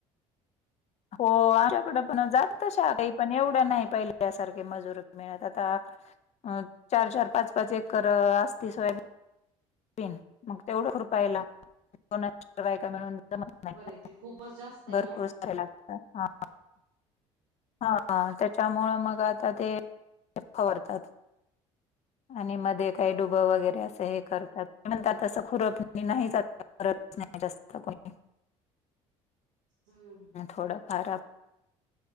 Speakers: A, on the left; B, on the right.
A: हो आमच्याकड पण जातात तशा काही, पण एवढ्या नाही पहिल्यासारखे मजुर मिळत. आता चार चार पाच पाच एकर असते सोयाब बीन मग तेवढं खुरपयाला दोनन चार बायका मिळून जमत नाही ना. <unintelligible>
B: इथे खूपच जास्त आहे
A: भर
B: ना
A: कोर्सय लागत ह <unintelligible> हा त्याच्यामूळ मग आता ते फवारतात. आणि मध्ये काही डुबं वगैरे असे हे करतात. म्हणतात तसं खुरप नाही जात नाही जास्त कुणी. <inaudible>
B: ओ.
A: थोडा फार आप